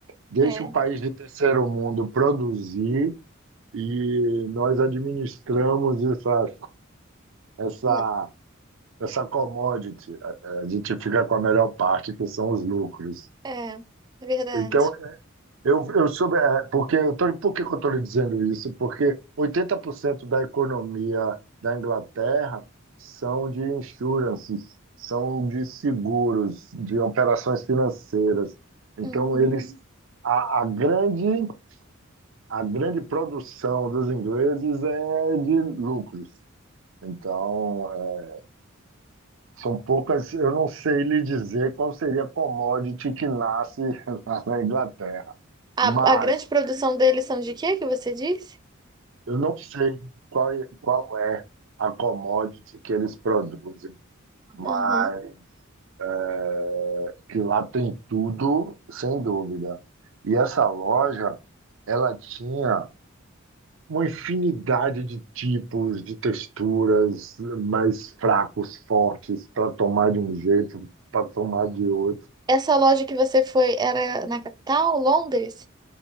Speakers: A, on the right; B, on the right.
A: Deixa
B: É.
A: o país de terceiro mundo produzir e nós administramos essa, essa,
B: Não.
A: essa commodity. A a gente fica com a melhor parte, que são os lucros.
B: É, é verdade.
A: Então, Eu, eu soube, é, porque eu tô, por que que eu estou lhe dizendo isso? Porque 80% da economia da Inglaterra são de insurances, são de seguros, de operações financeiras. Então,
B: Uhum.
A: eles, a, a grande, a grande produção dos ingleses é de lucros. Então, é, são poucas, eu não sei lhe dizer qual seria a commodity que nasce <laughs> lá na Inglaterra.
B: A,
A: Mas
B: a grande produção deles são de quê que você disse?
A: Eu não sei qual é, qual é a commodity que eles produzem, mas
B: Aham.
A: é, que lá tem tudo, sem dúvida. E essa loja, ela tinha uma infinidade de tipos, de texturas, mais fracos, fortes, para tomar de um jeito, para tomar de outro,
B: Essa loja que você foi era na capital, Londres?